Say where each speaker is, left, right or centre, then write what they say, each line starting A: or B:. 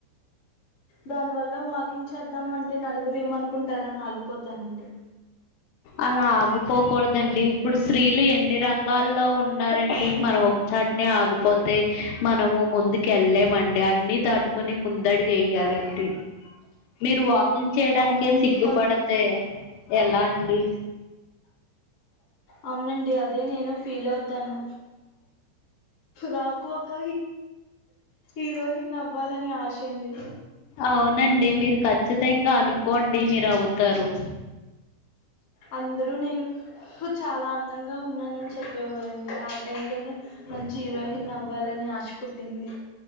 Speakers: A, on the left (about 65°); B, on the left (about 80°).
A: దాని వల్ల వాకింగ్ చేద్దామంటే నలుగురు ఏమనుకుంటారని ఆగిపోతానండి
B: అలా ఆగిపోకూడదండి ఇప్పుడు స్త్రీలు ఎన్ని రంగాల్లో ఉన్నారండి మనం ఒక్ ఇచ్చట్నే ఆగిపోతే మనము ముందుకు వెళ్ళలేమండి అన్ని దాటుకుని ముందడుగు ఎయ్యా లండి మీరు వాక్ కింగ్ చేయడానికే
A: అవునండి
B: సిగ్గుపడతే
A: కొ
B: ఎలా అండి
A: అవునండి అదే నేను ఫీల్ అవుతాను నాకు ఒక్ ఈరోజు నవ్వాలని ఆశ అండి
B: అవునండి మీరు ఖచ్చితంగా అనుకోండి మీరు అవుతారు
A: అందరూ నేను చాలా అందంగా ఉన్నానని చెప్పేవారండి ఆ టైంలోనే మంచి హీరోయిన్ అవ్వాలని ఆశ పుట్టింది